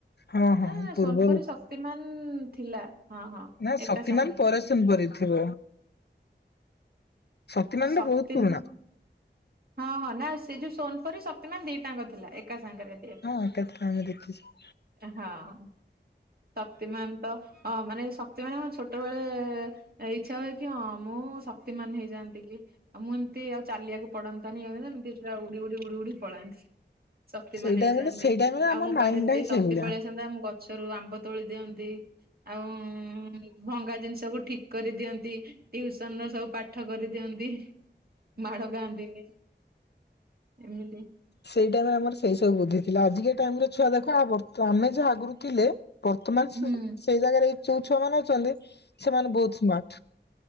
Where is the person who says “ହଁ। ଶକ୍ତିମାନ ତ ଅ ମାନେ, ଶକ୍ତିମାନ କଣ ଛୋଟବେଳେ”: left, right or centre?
Right